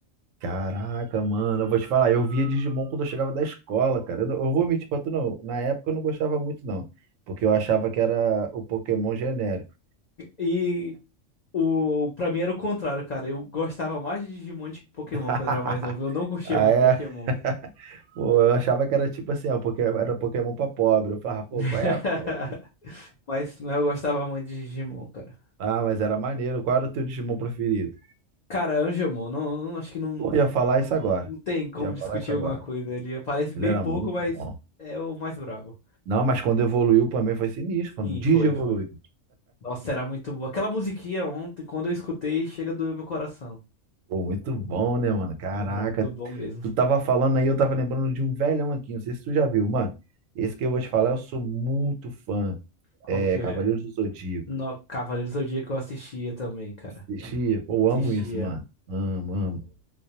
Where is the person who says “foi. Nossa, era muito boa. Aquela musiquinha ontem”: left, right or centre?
Left